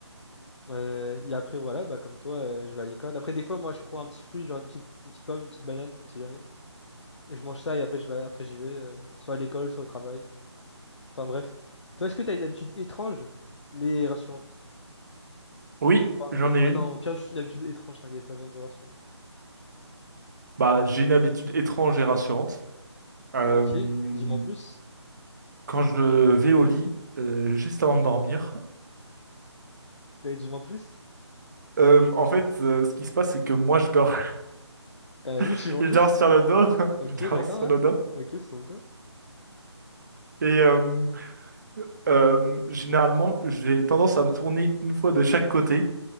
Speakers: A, on the left; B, on the right.
A: Euh, et après, voilà, bah, comme toi, euh, je vais à l'école. Après, des fois, moi, je prends un petit fruit, genre une petite, une petite pomme, une petite banane, on sait jamais. Et je mange ça et après, je vais, après, j'y vais, euh, soit à l'école, soit au travail. Enfin, bref. Toi, est-ce que tu as une habitude étrange, mais rassurante?
B: Oui,
A: Enfin,
B: j'en
A: euh, ouais,
B: ai une.
A: non, au pire, juste une habitude étrange, t'inquiète, pas besoin du rassurant.
B: Bah, j'ai une habitude étrange et rassurante. Euh,
A: Ok, dis-moi en plus.
B: quand je vais au lit, euh, juste avant de dormir,
A: Ouais, Dis-moi en plus.
B: euh, en fait, euh, ce qui se passe, c'est que moi, je dors,
A: T'as la
B: <laughs>
A: suis en
B: je
A: plus?
B: dors sur le dos, <laughs>
A: Ok,
B: je dors
A: d'accord,
B: sur
A: ouais.
B: le dos,
A: Ok, sur le dos.
B: et euh, Euh, généralement, j'ai tendance à me tourner une fois de chaque côté